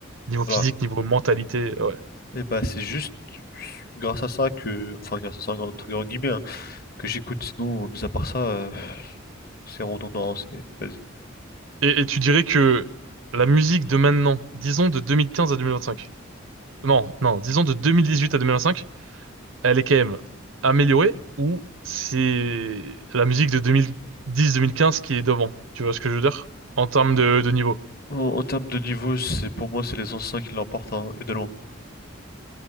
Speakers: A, on the right; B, on the left.
A: Niveau physique,
B: Voilà.
A: niveau mentalité, ouais.
B: Et bah c'est juste grâce à ça que, enfin grâce à ça entre grands guillemets, hein, que j'écoute. Sinon, mis à part ça, euh, C'est redondant, c'est... Vas-y.
A: Et, et tu dirais que la musique de maintenant, disons de 2015 à 2025. Non, non, disons de 2018 à 2025, elle est quand même améliorée ou c'est la musique de 2010-2015 qui est devant. Tu vois ce que je veux dire? En termes de, de niveau.
B: En, en termes de niveau, c'est pour moi, c'est les anciens qui l'emportent, hein, et de loin.